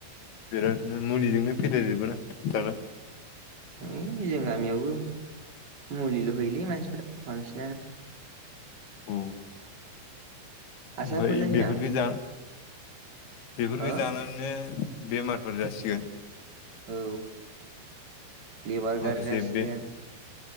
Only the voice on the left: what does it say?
बिरादनो मुलिजोंनो फेदेरजोबो ना दाना
औ
ओमफ्राय
बेफोरनो दा बेफोरखौ
जानानैनो बेमारफोर जासिगोन
माखासे
बे